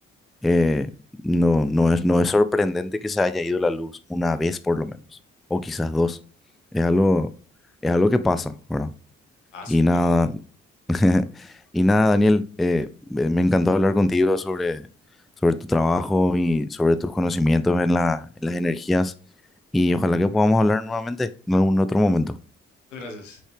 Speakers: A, in the centre; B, on the left.
A: eh, no, no es, no es sorprendente que se haya ido la luz una vez por lo menos, o quizás dos. Es algo, es algo que pasa, ¿verdad?
B: Ah,
A: Y
B: súper.
A: nada, <laughs> y nada, Daniel, eh, me me encantó hablar contigo sobre, sobre tu trabajo y sobre tus conocimientos en la- en las energías. Y ojalá que podamos hablar nuevamente en algún otro momento.
B: Muchas Gracias.